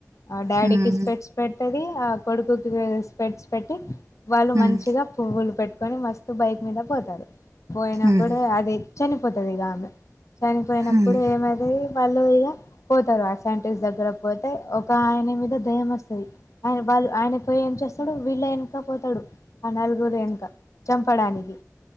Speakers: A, on the left; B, on the right.
A: ఆ డాడీకి
B: హ్మ్.
A: స్పెడ్స్ పెట్టది ఆ కొడుకుకి స్పెడ్స్ పెట్టి వాళ్ళు
B: హ్మ్.
A: మంచిగా పువ్వులు పెట్టుకొని మస్తు బైక్ మీద పోతారు పోయినప్పుడు
B: హ్మ్.
A: అది చనిపోతది ఇగ ఆమె చనిపోయినప్పుడు
B: హ్మ్.
A: ఏమై వాళ్ళు ఇగ పోతారు ఆ సైంటిస్ట్ దగ్గర పోతే ఒక ఆయన మీద దయ్యం వస్తది ఆయన వాళ్ళు ఆయన పోయి ఏం చేస్తాడు వీళ్ళ వెనక పోతాడు ఆ నలుగురు వెనక చంపడానికి